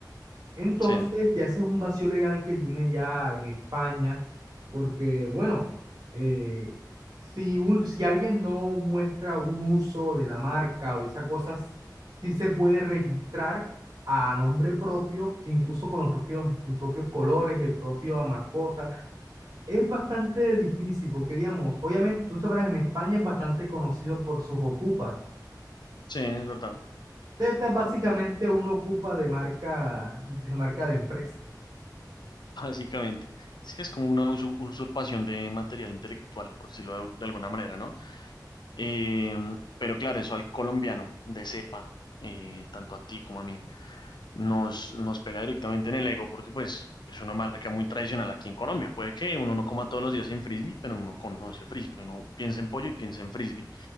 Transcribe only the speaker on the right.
Entonces,
ya ese es un vacío legal que tiene ya en España, porque, bueno, eh, si, un, si alguien no muestra un uso de la marca o esas cosas, sí se puede registrar a nombre propio, incluso con los propios, los propios colores, el propio mascota. Es bastante difícil, porque, digamos, obviamente, tú sabrás, en España es bastante conocido por sus ocupas.
Teta es básicamente un ocupa de marca, de marca de empresa.